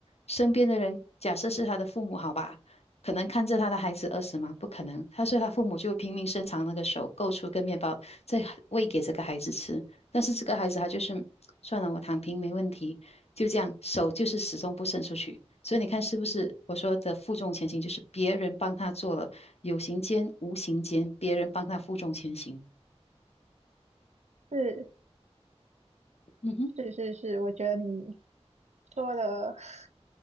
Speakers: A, on the left (about 65°); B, on the right (about 85°).
A: 身边的人，假设是他的父母，好吧，可能看着他的孩子饿死吗？不可能，他所以他父母就拼命伸长那个手，够出个面包，再喂给这个孩子吃。但是这个孩子他就是算了，我躺平没问题，就这样，手就是始终不伸出去。所以你看是不是我说的负重前行，就是别人帮他做了，有形间无形间，别人帮他负重前行。
B: <laughs> 是
A: 嗯哼。
B: 是是是，我觉得你说的 <laughs>